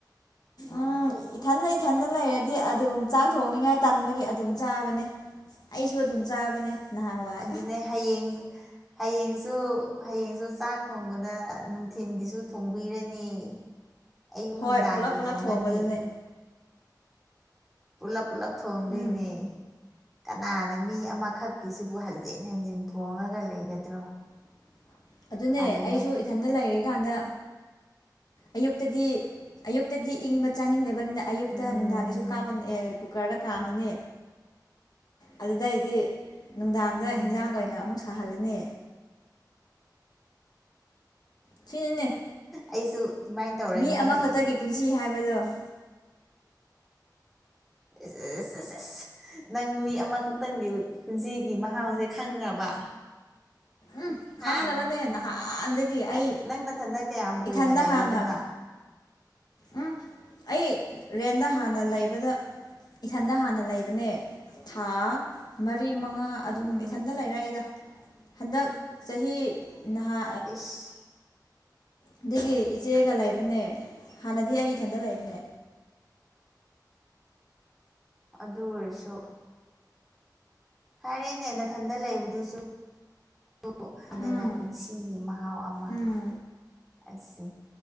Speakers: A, on the left; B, in the centre.
A: ꯎꯝ ꯏꯊꯟꯗ ꯏꯊꯟꯗ ꯂꯩꯔꯗꯤ ꯑꯗꯨꯝ ꯆꯥꯛ ꯊꯣꯡꯅꯤꯡꯉꯥꯏ ꯇꯟꯕꯒꯤ ꯑꯗꯨꯝ ꯆꯥꯕꯅꯦ ꯑꯩꯁꯨ ꯑꯗꯨꯝ ꯆꯥꯕꯅꯦ ꯅꯍꯥꯟꯋꯥꯏ
B: ꯑꯗꯨꯅꯦ ꯍꯌꯦꯡ ꯍꯌꯦꯡꯁꯨ ꯍꯌꯦꯡꯁꯨ ꯆꯥꯛ ꯊꯣꯡꯕꯗ ꯅꯨꯡꯊꯤꯟꯒꯤꯁꯨ ꯊꯣꯡꯕꯤꯔꯅꯤ ꯑꯌꯨꯛ
A: ꯍꯣꯏ
B: ꯅꯨꯡꯗꯥꯡꯒꯤ
A: ꯄꯨꯂꯞ ꯄꯨꯂꯞ
B: ꯊꯣꯡꯉꯅꯤ
A: ꯊꯣꯡꯕꯗꯅꯦ
B: ꯄꯨꯂꯞ ꯄꯨꯜꯂꯞ ꯊꯣꯡꯗꯣꯏꯅꯦ
A: ꯎꯝ
B: ꯀꯅꯥꯅ ꯃꯤ ꯑꯃꯈꯛꯀꯤꯁꯤꯕꯨ ꯍꯟꯖꯤꯟ ꯍꯟꯖꯤꯟ ꯊꯣꯡꯉꯒ ꯂꯩꯒꯗ꯭ꯔꯣ
A: <inaudible> ꯑꯗꯨꯅꯦ
B: ꯇꯜꯂꯦ
A: ꯑꯩꯁꯨ ꯏꯊꯟꯇ ꯂꯩꯔꯤꯀꯥꯟꯗ ꯑꯌꯨꯛꯇꯗꯤ ꯑꯌꯨꯛ ꯇꯗꯤ ꯏꯪꯕ ꯆꯥꯅꯤꯡꯗꯕꯅꯤꯅ ꯑꯌꯨꯛꯇ
B: ꯎꯝ
A: ꯅꯨꯡꯗꯥꯡꯒꯤꯁꯨ ꯀꯥꯞꯄ ꯑꯦ ꯀꯨꯀꯔꯗ ꯀꯥꯝꯃꯅꯤ ꯑꯗꯨꯗꯩꯗꯤ ꯅꯨꯡꯗꯥꯡꯗ
B: ꯎꯝ
A: ꯍꯤꯟꯖꯥꯡ ꯑꯣꯏꯅ ꯑꯃꯨꯛ ꯁꯥꯍꯜꯂꯅꯤ ꯁꯤꯅꯤꯅꯦ
B: ꯑꯩꯁꯨ ꯑꯗꯨꯃꯥꯏꯅ ꯇꯧꯔꯅꯤ
A: ꯃꯤ ꯑꯃꯈꯛꯇꯒꯤ
B: ꯍꯥꯏꯌꯦ
A: ꯄꯨꯟꯁꯤ ꯍꯥꯏꯕꯗꯣ
B: ꯢꯁ ꯢꯁ ꯢꯁ ꯢꯁ ꯅꯪ ꯃꯤ ꯑꯃ ꯃꯇꯝꯒꯤ ꯄꯨꯟꯁꯤꯒꯤ ꯃꯍꯥꯎꯁꯦ ꯈꯪꯈ꯭ꯔꯕ
A: ꯎꯝ ꯈꯪꯅꯕꯅꯦ
B: ꯍꯥ
A: ꯅꯍꯥꯟꯗꯒꯤ
B: ꯅꯪ
A: ꯑꯩ
B: ꯅꯪ ꯅꯊꯟꯗ ꯀꯌꯥꯝ ꯀꯨꯏꯅ
A: ꯏꯊꯟꯗ
B: ꯂꯩꯔꯗꯅ
A: ꯍꯥꯟꯅ ꯎꯝ ꯑꯩ ꯔꯦꯟꯗ ꯍꯥꯟꯅ ꯂꯩꯕꯗ ꯏꯊꯟꯗ ꯍꯥꯟꯅ ꯂꯩꯕꯅꯦ ꯊꯥ ꯃꯔꯤ ꯃꯉꯥ ꯑꯗꯨꯝ
B: ꯎꯝ
A: ꯏꯊꯟꯇ ꯂꯩꯔꯛꯑꯦꯗ ꯍꯟꯗꯛ ꯆꯍꯤ ꯅꯍꯥ
B: ꯏꯁ
A: ꯑꯗꯨꯒꯤ ꯏꯆꯦꯒ ꯂꯩꯕꯅꯦ ꯍꯥꯟꯅꯗꯤ ꯑꯩ ꯏꯊꯟꯗ ꯂꯩꯕꯅꯦ
B: ꯑꯗꯨ ꯑꯣꯏꯔꯁꯨ ꯍꯥꯏꯔꯦꯅꯦ ꯅꯊꯟꯗ ꯂꯩꯕꯗꯨꯁꯨ ꯑꯗꯨ ꯍꯥꯏꯟꯗꯅ
A: ꯎꯝ
B: ꯄꯨꯟꯁꯤꯒꯤ ꯃꯍꯥꯎ ꯑꯃ
A: ꯎꯝ
B: ꯑꯁꯤ